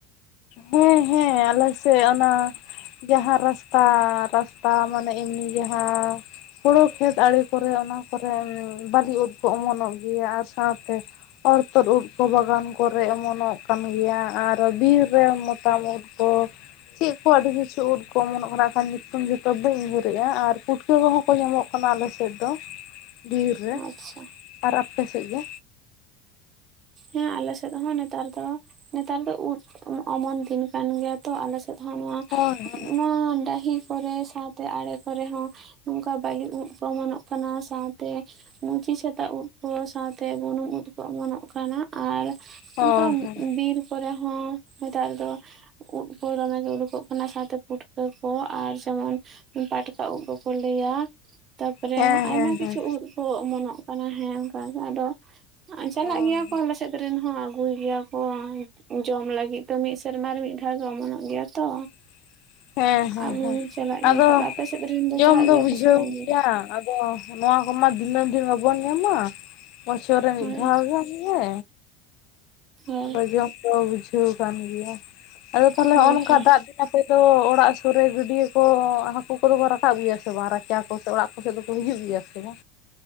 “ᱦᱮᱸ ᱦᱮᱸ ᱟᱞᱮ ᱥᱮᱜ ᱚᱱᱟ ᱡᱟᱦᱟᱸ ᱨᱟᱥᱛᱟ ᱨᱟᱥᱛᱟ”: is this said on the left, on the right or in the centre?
Left